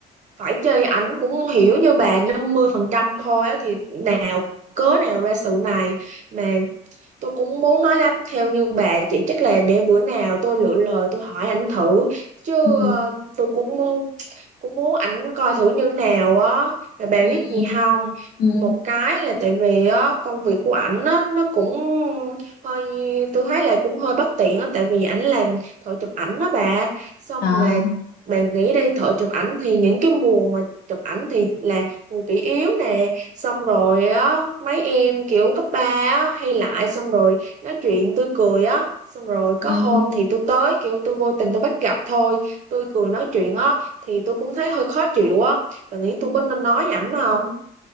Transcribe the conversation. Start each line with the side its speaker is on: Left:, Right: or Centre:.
Right: phải chơi ảnh cũng hiểu như bà 50% thôi á, thì nào cớ nào ra sự này. Mà tôi cũng muốn nói lắm, theo như bà, chỉ chắc là để bữa nào tôi lựa lời tôi hỏi ảnh thử. Chứ
Left: Ừ,
Right: ờ, tôi cũng cũng muốn ảnh coi thử như nào á rồi bà
Left: ừ,
Right: biết gì không
Left: ừ,
Right: một cái là tại vì á công việc của ảnh á nó cũng hơi tôi thấy là cũng hơi bất tiện á tại vì ảnh làm thợ chụp ảnh đó bà xong
Left: à,
Right: mà bà nghĩ đi thợ chụp ảnh thì những cái mùa mà chụp ảnh thì là người kỷ yếu nè xong rồi á mấy em kiểu cấp ba á hay lại xong rồi nói chuyện tôi cười á xong rồi có
Left: ừ,
Right: hôm thì tôi tới kiểu tôi vô tình tôi bắt gặp thôi tôi cười nói chuyện á thì tôi cũng thấy hơi khó chịu á bạn nghĩ
Left: ừ.
Right: tôi có nên nói với ảnh không